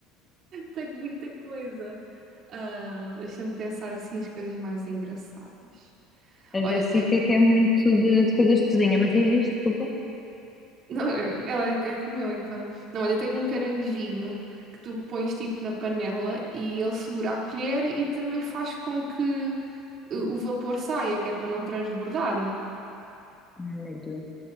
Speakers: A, on the right (about 45°); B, on the left (about 15°).
A: Tenho muita coisa. Ah, deixa-me pensar assim as coisas mais engraçadas.
B: A
A: Olha,
B: Jéssica
A: tem.
B: que é muito de, de coisas de cozinha, mas diz isto, desculpa.
A: Não, eu- ela é, é como eu, então. Não, olha, tenho um caranguejinho que tu pões tipo na panela e ele segura a colher e também faz com que o o vapor saia, que é para não transbordar.
B: Ai, meu Deus,